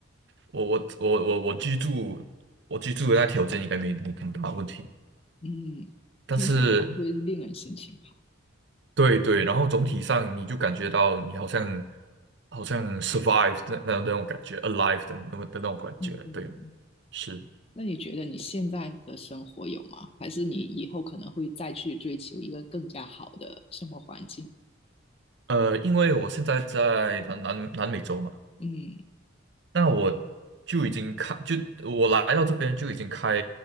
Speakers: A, on the right; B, on the left.
A: 我我我我我居住我居住的那条件应该没没么大问题。
B: 嗯，
A: 但是
B: 天气好会令人心情好。
A: 对对，然后总体上你就感觉到你好像好像 survive 的那种那种感觉，alive 的那么的那种感觉，
B: 嗯，
A: 对啊是。
B: 那你觉得你现在的生活有吗？还是你以后可能会再去追求一个更加好的生活环境？
A: 呃，因为我现在在南南南美洲嘛，
B: 嗯
A: 那我就已经开，就我来到这边就已经开